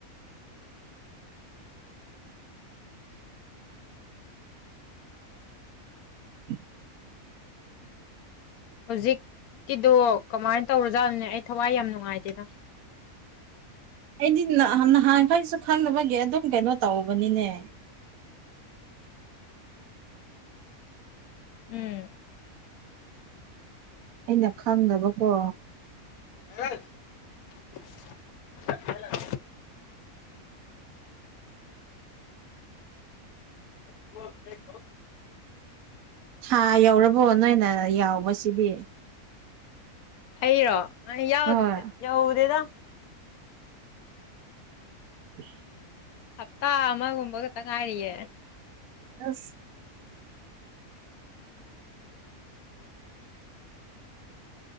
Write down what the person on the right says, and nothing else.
<inaudible>
ꯑꯩꯗꯤ ꯅꯍꯥꯟ ꯅꯍꯥꯟꯈꯩꯁꯨ ꯈꯪꯅꯕꯒꯤ ꯑꯗꯨꯝ ꯀꯩꯅꯣ ꯇꯧꯕꯅꯤꯅꯦ
ꯑꯩꯅ ꯈꯪꯗꯕꯀꯣ
ꯊꯥ ꯌꯧꯔꯕꯣ ꯅꯣꯏꯅ ꯌꯥꯎꯕꯁꯤꯗꯤ
ꯍꯣꯏ
ꯎ <unintelligible>
ꯑꯁ